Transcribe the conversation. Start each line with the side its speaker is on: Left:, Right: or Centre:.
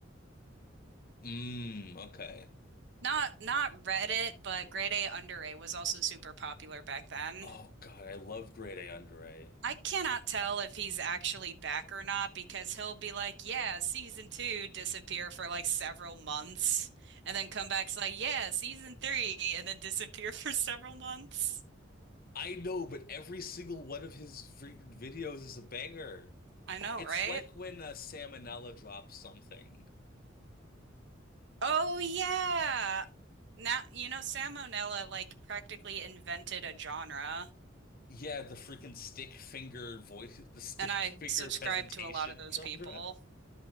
Left: Mm, okay.
Right: Not not Reddit, but grade A under A was also super popular back then.
Left: Oh God, I love Grade A Under A.
Right: I cannot tell if he's actually back or not because he'll be like, yeah, season two, disappear for like several months, and then come back, it's like, yeah, season three, and then disappear <laughs> for several months.
Left: I know, but every single one of his freaking videos is a banger.
Right: I know,
Left: It's
Right: right?
Left: like when uh, Salmonella drops something.
Right: Oh, yeah. Now, you know, Salmonella like practically invented a genre,
Left: Yeah, the freaking stick finger voice, <laughs> the stick
Right: and
Left: finger
Right: I subscribe
Left: presentation
Right: to a lot of those
Left: genre.
Right: people.